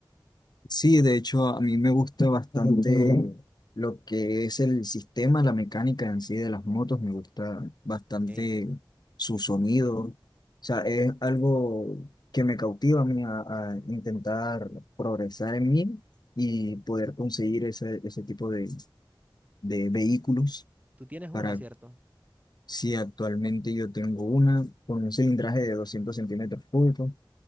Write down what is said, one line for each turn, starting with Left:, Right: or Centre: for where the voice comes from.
Left: Sí, de hecho, a mí me gusta bastante <laughs> lo que es el sistema, la mecánica en sí de las motos, me gusta bastante
Right: Ok.
Left: su sonido. O sea, es algo que me cautiva a mí a, a intentar progresar en mí y poder conseguir ese, ese tipo de, de vehículos
Right: Tú tienes una,
Left: para
Right: ¿cierto?
Left: si actualmente yo tengo una con un cilindraje de doscientos centímetros cúbicos